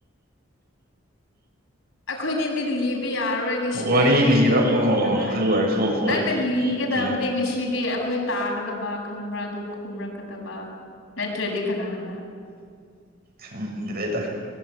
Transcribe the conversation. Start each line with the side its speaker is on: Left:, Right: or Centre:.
Left: ꯑꯩꯈꯣꯏꯅꯤꯗꯤ ꯂꯤꯕ ꯌꯥꯔꯣꯏ ꯉꯁꯤꯗꯤ
Right: ꯋꯥꯔꯤ ꯂꯤꯔꯛꯑꯣ
Left: ꯀꯗꯥꯏꯗꯒꯤ
Right: ꯑꯗꯨ ꯑꯣꯏꯔꯁꯨ ꯋꯥꯔꯤ
Left: ꯅꯪꯅ ꯂꯤꯒꯗꯝꯅꯦ
Right: ꯂꯤꯔ
Left: ꯉꯁꯤꯗꯤ ꯑꯈꯣꯏ ꯇꯥꯒꯗꯕ ꯈꯪꯕ꯭ꯔꯥ ꯑꯗꯨ ꯈꯨꯝꯔꯛꯀꯗꯕ ꯅꯠꯇ꯭ꯔꯗꯤ ꯀꯅꯥꯅ
Right: ꯈꯪꯗ꯭ꯔꯦꯗ